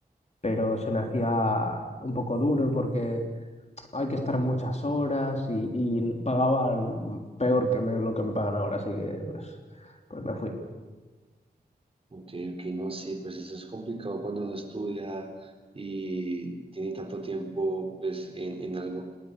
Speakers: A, on the left; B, on the right.
A: pero se me hacía un poco duro porque hay que estar muchas horas y, y pagaban peor que me- lo que me pagan ahora, así que pues, pues me fui.
B: Ok, ok, no, sí, pues eso es complicado cuando uno estudia y tiene tanto tiempo pues en, en algo,